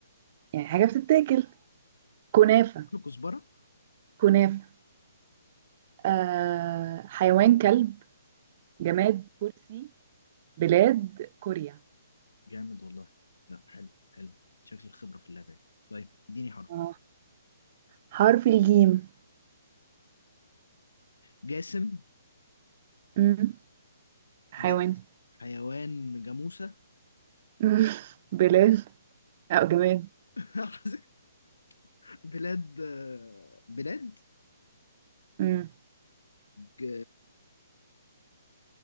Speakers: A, on the right (about 40°); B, on the left (about 80°).
A: يعني حاجة بتتاكل كنافة
B: كل كزبرة
A: كنافة آه حيوان كلب جماد كرسي بلاد كوريا
B: جامد والله لا حلو حلو شكل الخبرة في اللعبة طيب اديني حرف
A: آه. حرف الجيم
B: جاسم
A: مم. حيوان
B: ده اسم. حيوان جاموسة
A: مم. <laughs> بلاد اه جماد
B: <laughs> بلاد بلاد
A: امم
B: ج...